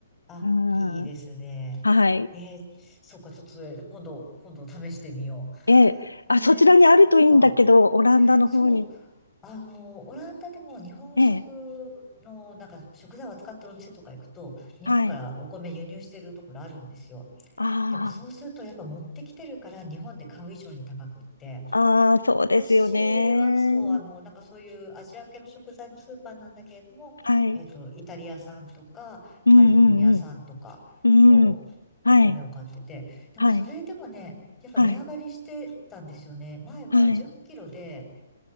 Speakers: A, on the left; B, on the left.
A: あ、
B: うん。
A: いいですね。
B: はい。
A: えー、そっか、ちょっとそれ、今度、今度試してみよ
B: ええ。
A: う。
B: あ、
A: えー、
B: そちらにあるといいんだけど、
A: そっか。
B: オランダの方に。
A: そう、あの、オランダでも日本食の、
B: ええ。
A: なんか食材を扱ってるお店とか行くと、日本からお米輸入してるところあるんですよ。
B: はい。あ
A: でもそうすると、やっぱ持ってきてるから日本で買う以上に高くって、
B: あ、ああ、そうですよね。
A: 私はそう、あの、なんかそういうアジア系の食材のスーパーなんだけれども、
B: はい。
A: えっと、イタリア産とか、
B: うんうん
A: カリフォルニア産とかのお米を買ってて、
B: うん。うん。はい。
A: でもそれでもね、
B: はい。
A: やっぱ値上がりしてたんですよね。
B: はい。
A: 前は10キロで、
B: はい。